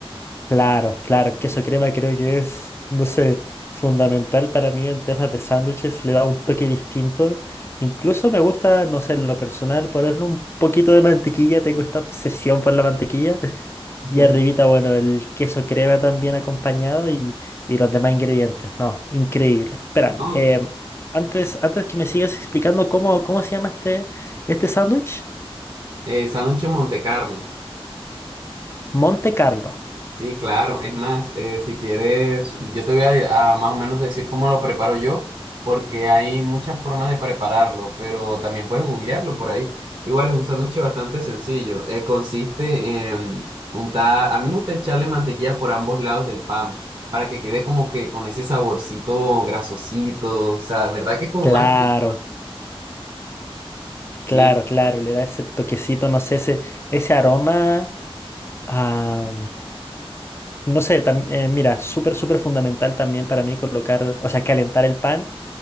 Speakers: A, on the left; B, on the right.
A: Claro, claro, el queso crema creo que es, no sé, fundamental para mí en temas de sándwiches, le da un toque distinto. Incluso me gusta, no sé, en lo personal, ponerle un poquito de mantequilla, tengo esta obsesión por la mantequilla.
B: <laughs>
A: Y arribita, bueno, el queso crema también acompañado y, y los demás ingredientes. No, increíble. Espera,
B: No,
A: em, antes, antes que me sigas explicando cómo, cómo se llama este, este sándwich,
B: eh, sándwich Montecarlo.
A: Monte Carlo.
B: Sí, claro. Es más, eh, si quieres, yo te voy a, a más o menos decir cómo lo preparo yo, porque hay muchas formas de prepararlo, pero también puedes googlearlo por ahí. Igual es un sándwich bastante sencillo. eh, consiste en untar, a mí me gusta echarle mantequilla por ambos lados del pan para que quede como que con ese saborcito grasosito, o sea, ¿verdad que es como
A: Claro,
B: más? rico? Sí,
A: claro, claro. Le da ese toquecito, no sé, ese, ese aroma. a, no sé, tam- eh, mira, súper, súper fundamental también para mí colocar, o sea, calentar el pan